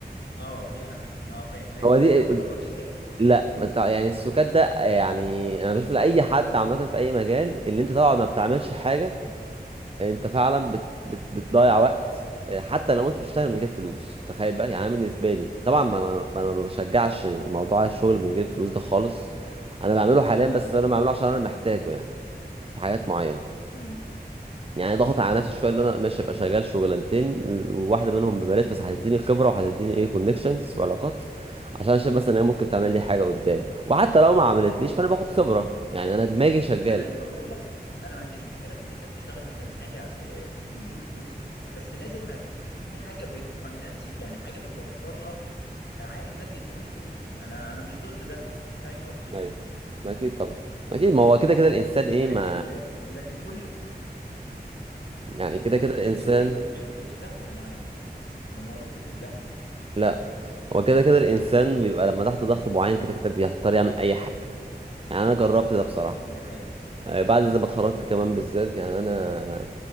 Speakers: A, on the left; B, on the right.
A: اه دي انا ح- اه فاهم فاهم
B: هو دي
A: لو ما تقعدش ساكت
B: لا ما تع- يعني السكات ده يعني انا بشوف لاي حد عامه في اي مجال اللي انت طبعا ما بتعملش حاجه
A: في اي مجال
B: انت فعلا بت
A: صح
B: بت بتضيع وقت آه، حتى لو انت بتشتغل من غير فلوس تخيل بقى يعني انا بالنسبه لي طبعا ما ما ما- ما بشجعش موضوع الشغل من غير فلوس ده خالص انا بعمله حاليا
A: ولا
B: بس
A: انا بصراحة
B: انا بعمله عشان انا محتاجه يعني في حاجات معينه
A: امم
B: يعني ضغط على نفسي شويه اللي انا ماشي ابقى شغال شغلانتين وواحده منهم ببلاش بس هتديني خبره وهتديني ايه كونكشنز وعلاقات عشان أنا شايف مثلا ان هي ممكن تعمل لي حاجه قدام وحتى لو ما عملتليش فانا باخد خبره يعني انا دماغي شغاله
A: ما انا اللي بقوله لك انا ما عنديش مشكله في ان انت تشتغل مثلا حاجه آه، بندون فلوس بس لازم هتكون في حاجه بتفاينانس يعني حاجه بتوفر لك عائد مادي تعيش بيه انا انا مش ضد ده فاهم قصدي
B: ايوه ما اكيد طبعا اكيد ما هو كده كده الانسان ايه
A: لكن
B: ما
A: لكن كل
B: يعني كده
A: لكن
B: كده الانسان
A: كل شغل يبقى من غير فلوس لا ده انا ده انا اروح فيكم في داهيه
B: لا هو كده كده الانسان بيبقى لما تحت ضغط معين كده كده بيضطر يعمل اي حاجه يعني انا جربت ده بصراحه
A: دي حقيقه صح
B: آه، بعد زي ما اتخرجت كمان بالذات يعني انا